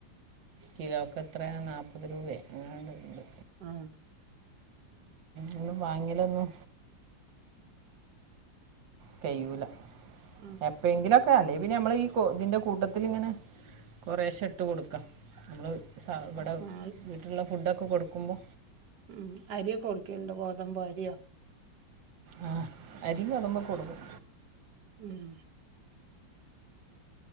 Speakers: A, on the right; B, on the right.
A: കിലോക്ക്‌ എത്ര നാപ്പത് രൂപേ അങ്ങനണ്ട്
B: ആ
A: ന്ന് വാങ്ങിയല്ലോ ഒന്ന് കഴിയൂല
B: ഉം
A: എപ്പെയേങ്കിലൊ ക്ക അല്ലെങ്കി പിന്നെ നമ്മളെ ഈ ഇതിൻ്റെ കൂട്ടത്തിലിങ്ങനെ കുറേശെ ഇട്ട് കൊടുക്കാ നമ്മള് സ ഇവിടെ
B: ആഹ്
A: വീട്ട്ല്ള്ള ഫുഡൊക്കെ കൊടുക്കുമ്പോ
B: ഉം അരിയൊക്കെ കൊടുക്കൽ ഇണ്ടോ ഗോതമ്പോ അരിയോ
A: ആ അരിം ഗോതമ്പും ഒക്കെ കൊടുക്കും
B: ഉം